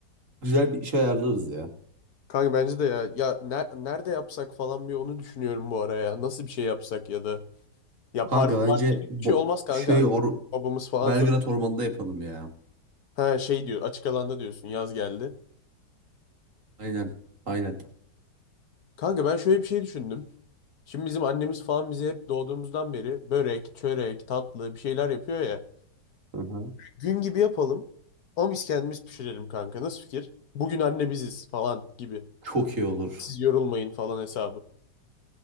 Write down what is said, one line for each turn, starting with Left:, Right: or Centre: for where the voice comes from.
Right: Güzel bir iş ayarlarız ya.
Left: Kanka bence de ya. Ya ner- nerede yapsak falan bir onu düşünüyorum bu araya. Nasıl bir şey yapsak ya da. Ya
Right: Kanka
Left: parti
Right: bence
Left: parti gibi bir
Right: bo-
Left: şey olmaz kanka.
Right: şey
Left: Anne,
Right: or
Left: babamız falan
Right: Belgrad
Left: sonra.
Right: Ormanı'nda yapalım ya.
Left: Ha şey diyor açık alanda diyorsun yaz geldi.
Right: Aynen. Aynen.
Left: Kanka ben şöyle bir şey düşündüm. Şimdi bizim annemiz falan bize hep doğduğumuzdan beri börek, çörek, tatlı bir şeyler yapıyor ya.
Right: Hı hı.
Left: Gün gibi yapalım. Ama biz kendimiz pişirelim kanka. Nasıl fikir? Bugün anne biziz falan gibi.
Right: Çok iyi olur.
Left: Siz yorulmayın falan hesabı.